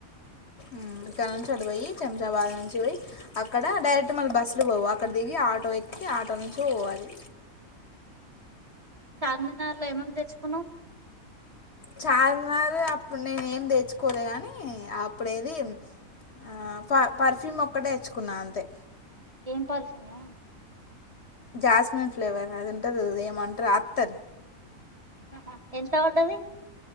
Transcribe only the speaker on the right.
చార్మినార్లో ఏమేమి తెచ్చుకున్నావ్,
ఏం పర్ఫ్యూమ్
అహా ఎంత పడ్డది.